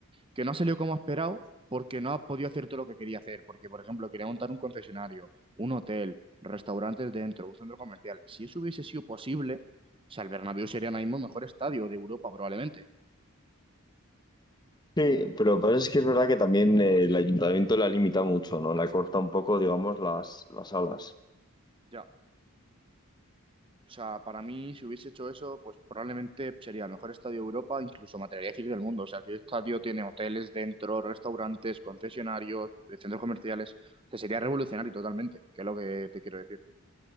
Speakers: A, on the right; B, on the left.
A: que no ha salido como ha esperado porque no ha podido hacer todo lo que quería hacer, porque, por ejemplo, quería montar un concesionario, un hotel, restaurantes dentro, un centro comercial. Si eso hubiese sido posible, o sea, el Bernabéu sería ahora mismo el mejor estadio de Europa, probablemente.
B: Sí, pero lo que pasa es que es verdad que también eh, el ayuntamiento la limita mucho, ¿no? La corta un poco, digamos, las, las alas.
A: Ya. O sea, para mí, si hubiese hecho eso, pues probablemente sería el mejor estadio de Europa, incluso me atrevería a decir del mundo. O sea, que el estadio tiene hoteles dentro, restaurantes, concesionarios, eh, centros comerciales. O sea, sería revolucionario totalmente, que es lo que te quiero decir.